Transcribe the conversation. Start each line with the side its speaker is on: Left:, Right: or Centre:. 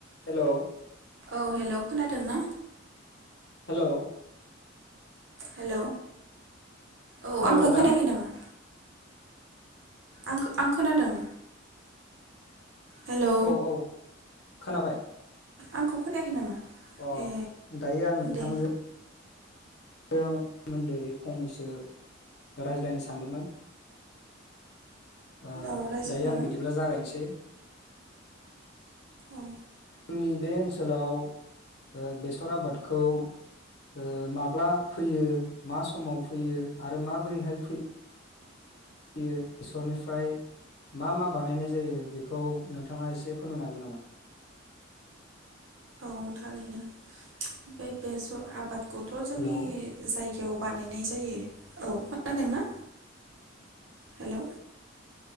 Left: Hello
Right: औ hello खोनादों ना
Left: हेलौ
Right: हेलौ औ
Left: खोनादोंना
Right: आंखौ खोनायाखै नामा? आं-आं खोनादों। हेलौ
Left: औ औ खोनाबाय।
Right: आंखौ खोनायाखै नामा?
Left: अ
Right: ए
Left: दायो आं नोंथांजों
Right: दे
Left: जों सोमोन्दै फंनैसो रायज्लायनो सानदोंमोन। ओ
Right: औ रायज्लायजागोन
Left: दायो आं बिदिब्ला जागायनोसै
Right: औ
Left: जोंनि बे ओनसोलाव ओ बेसर आबादखौ ओ माब्ला फोयो मा समाव फोयो आरो माबोरैहाय फोयो यो बेसरनिफ्राय मा मा बानायनाय जायो बेखौ नोंथाङा एसे फोरमायनो हागोन नामा?
Right: औ थारैनो बे बेसर आबाद थ' जोंनि
Left: हेलौ
Right: जायगायाव बानायनाय जायो। औ अ खोनादोंना? हेलौ